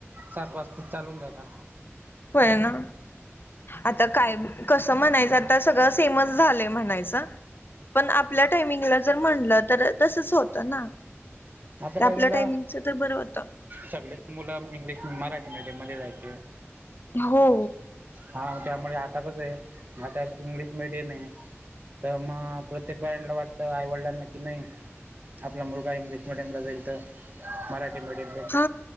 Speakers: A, on the right; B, on the left.
A: सात वाजता चालून जाता
B: होय ना आता काय कस म्हणायचं आता सगळं फेमस झालंय म्हणायचं पण आपल्या टायमिंगला जर म्हणलं तर तसच होतं ना
A: आता टाईमला
B: ते आपल्या टायमिंगच तर बरं होतं
A: सगळे मुलं इंग्लिश मराठी मीडियम मध्ये जायचे
B: हो
A: हा त्यामुळे आता कस आहे आता इंग्लिश मीडियम आहे तर मग प्रत्येक पॅरंटला वाटत आई वडिलांना कि नाही आपला मुलगा देील मीडियमला जाईल तर मराठी मिडियम
B: हा